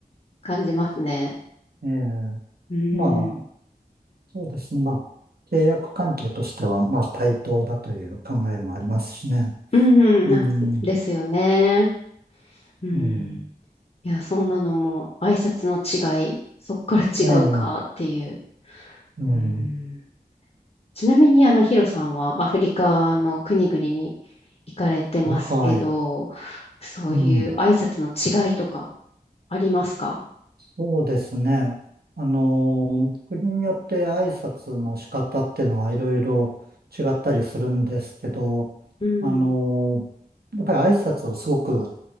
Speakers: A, on the left; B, on the right.
A: 感じますね。
B: ええ、
A: うん。
B: まあ、そうですね。まあ、契約関係としては、まあ、対等だという考えもありますしね。
A: うんうん、
B: うん
A: あ、ですよね。うん。
B: うん。
A: いや、そんなのも挨拶の違い、そっから違うかっていう。
B: ええ、うん。
A: うん。ちなみに、あの、ヒロさんはアフリカの国々に行かれてますけど、
B: はい。
A: そういう挨拶の違いとか
B: うん。
A: ありますか
B: そうですね。あのー、国によって挨拶の仕方ってのはいろいろ違ったりするんですけど、
A: うん。
B: あのー、やっぱり挨拶をすごく